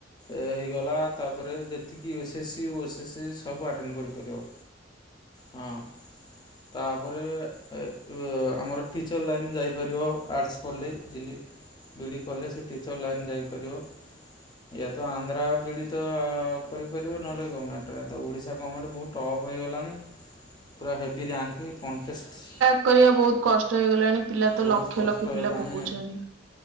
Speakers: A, on the left (about 25°); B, on the right (about 85°).
A: ଏ ହେଇଗଲା, ତାପରେ ଯେତିକି ଏସ୍ ଏସ୍ ସି ଓ ଏସ୍ ଏସ୍ ସି ସବୁ ଆଟେଣ୍ଡ କରିପାରିବ। ହଁ। ତାପରେ ଏ ଉ ଆମର ଟିଚର୍ ଲାଇନ୍ ଯାଇପାରିବ ଆର୍ଟସ୍ ପଢ଼ିଲେ, ଯିଲି <unintelligible> ବି ଡ଼ି କଲେ ସେ ଟିଚର୍ ଲାଇନ୍ ଯାଇପାରିବ। ଏୟା ତ ଆନ୍ଧ୍ରା ବି ଡ଼ି ତ କରିପାରିବୁ ନହେଲେ ଗମେଣ୍ଟରେ। ତ ଓଡ଼ିଶା ଗମେଣ୍ଟ ବହୁତ ଟପ୍ ହେଇଗଲାଣି ପୁରା ହେଭିି ରିୟାଙ୍କ କଣ୍ଟେଷ୍ଟ
B: ରୀ କରିବା ବହୁତ କଷ୍ଟ ହେଇଗଲାଣି, ପିଲା ତ
A: ବହୁତ
B: ଲକ୍ଷ
A: କଷ୍ଟ
B: ଲକ୍ଷ
A: ହେଲାଣି
B: ପିଲା ପକଉଛନ୍ତି।